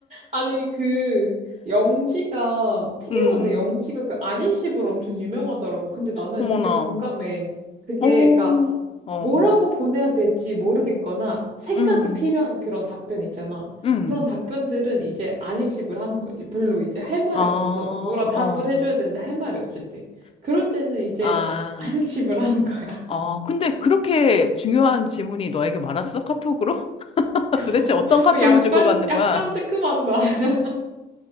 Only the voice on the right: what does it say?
아니 그 영지가 TV
보는데 영지가 그 안입십으로 엄청 유명하더라고. 근데 나는
되게 공감해. 그게
그러니까
뭐라고 보내야 될지 모르겠거나 생각이
필요한 그런 답변 있잖아.
그런 답변들은 이제 안입십을 하는 거지. 별로 이제 할 말이
없어서 뭐라 답을
해줘야 되는데 할 말이 없을 때. 그럴 때는 이제
안입십을 하는 거야.
<laughs>
어, 약간
약간
뜨끔한다. <laughs>